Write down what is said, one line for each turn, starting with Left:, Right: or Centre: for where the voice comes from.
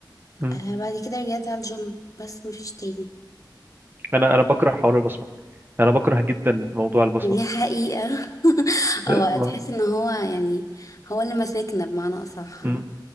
Right: مم.
Left: آه بعد كده رجعت على الجيم بس مفيش تاني
Right: أنا أنا بكره حوار البصمة أنا بكره جدا موضوع البصمة
Left: دي حقيقة <laughs>
Right: لا،
Left: او هتحس
Right: ما-
Left: ان هو يعني هو اللي ماسكنا بمعنى اصح
Right: مم.